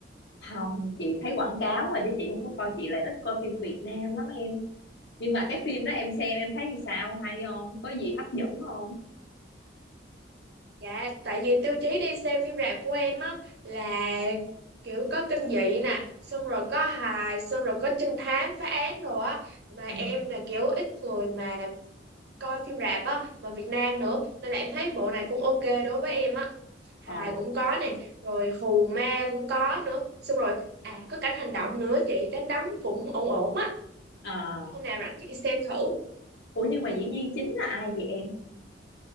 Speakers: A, on the left; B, on the right.
A: không, chị thấy quảng cáo rồi chứ chị không có coi, chị lại ít coi phim Việt Nam lắm em. Nhưng mà cái phim đó em xem em thấy như sao? Hay không? Có gì hấp dẫn không?
B: Dạ, tại vì tiêu chí đi xem phim rạp của em á là kiểu có kinh dị nè Xong rồi có hài, xong rồi có trinh thám, phá án rồi á Mà
A: Ừ.
B: em là kiểu ít người mà coi phim rạp á mà Việt Nam nữa nên là em thấy bộ này cũng ok đối với em á hài
A: Ờ.
B: cũng có nè rồi hù ma cũng có nữa xong rồi à có cảnh hành động nữa chị đánh đấm cũng ổn ổn á
A: À,
B: hôm nào rảnh chị đi xem thử
A: ủa nhưng mà diễn viên chính là ai vậy em?